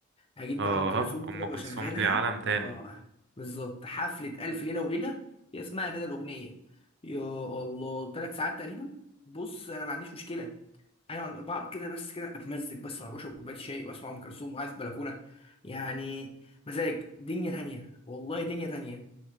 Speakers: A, on the left; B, on the right.
A: هجيب
B: اه
A: بقى ام كلثوم كده
B: أم كلثوم
A: واشغلها
B: دي عالم تاني
A: اه بالظبط حفله الف ليله وليله هي اسمها كده الاغنيه يا الله ثلاث ساعات تقريبا بص انا ما عنديش مشكله ايوه عند بعض كده بس كده اتمزج بس مع بشرب كوبايه شاي واسمع ام كلثوم وقاعد في بلكونه يعني مزاج دنيا تانية والله دنيا تانية